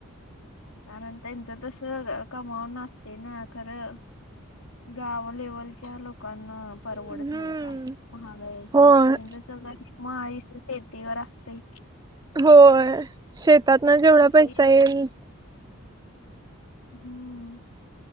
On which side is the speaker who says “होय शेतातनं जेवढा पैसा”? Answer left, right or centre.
Right